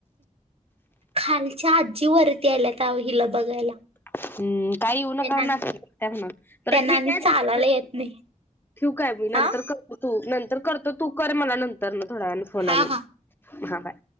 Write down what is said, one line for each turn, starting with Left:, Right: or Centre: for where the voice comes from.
Right: खालच्या आजी वरती आल्यात अहो हिला बघायला.
Left: हम्म. काही येऊ नका
Right: त्यांना आणि-
Left: म्हणा -त्यांना. बर
Right: त्यांना
Left: ठीकए
Right: आणि चालायला
Left: त-
Right: येत नाही
Left: ठेवू काय म?
Right: हा
Left: नंतर कर- -तो. नंतर करतो. तू कर मला नंतर ना थोड्या वेळानी फोन
Right: हा
Left: आणि.
Right: हा
Left: हा. बाय.